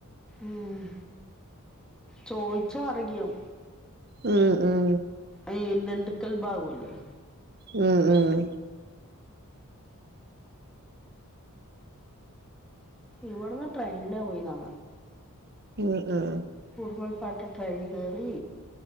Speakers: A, in the centre; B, on the right.
A: ഉം ചോയിച്ച അറിയും
B: ഉം ഉം
A: അഹ് ന്തണ്ടക്കൽ ബാവ്അല്ലേ
B: ഉം ഉം
A: ഇവിടുന്ന് ട്രെയിനില പോയി നങ്ങ
B: ഉം ഉം
A: കുടുമൽ പാട്ട ട്രൈൻ കേറി